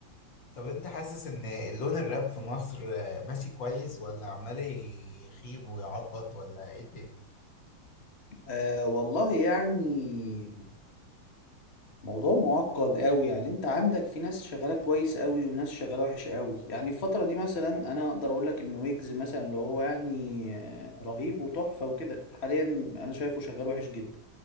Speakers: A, on the left (about 65°); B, on the left (about 35°).
A: طب انت حاسس ان اللون الراب في مصر ماشي كويس ولا عمال يخيب ويعبط ولا ايه الدنيا
B: أه والله يعني موضوع معقد قوي يعني انت عندك في ناس شغاله كويس قوي وناس شغاله وحش قوي يعني الفتره دي مثلا انا اقدر اقول لك ان ويجز مثلا اللي هو يعني آه، رهيب وتحفه وكده حاليا انا شايفه شغال وحش جدا